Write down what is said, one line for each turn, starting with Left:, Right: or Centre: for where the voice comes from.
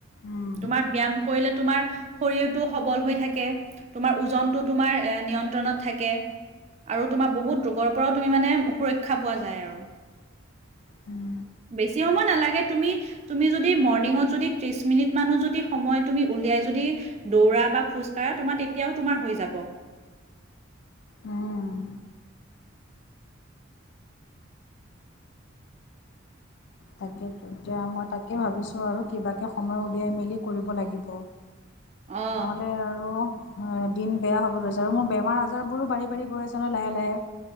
Left: উম
Right: তোমাৰ ব্যয়াম কৰিলে। তোমাৰ শৰীৰটো সবল হৈ থাকে, তোমাৰ ওজনতটো তোমাৰ এ নিয়ন্ত্ৰণত থাকে। আৰু তোমাৰ বহুত ৰোগৰ পৰাও তুমি মানে সুৰক্ষা পোৱা যায় আও।
Left: উম
Right: বেছি সময় নালাগে, তুমি তুমি যদি মৰ্নিংঙত যদি ত্ৰিশ মিনিট মানো যদি সময় তুমি উলিয়াই যদি দৌৰা বা খোজকাঢ়া, ধৰা তোমাৰ তেতিয়াও তোমাৰ হৈ যাব।
Left: উম তাকেইো এতিয়া মই তাকেই ভাবিছোঁ আৰু কিবাকে সময় উলিয়াই মেলি কৰিব লাগিব।
Right: অ
Left: নহ'লে আৰু দিন বেয়া হ'ব ধৈছে আৰু মোৰ বেমাৰ আজাৰ বজাৰবোৰো বাঢ়ি বাঢ়ি গৈ আছে ন লাহে লাহে।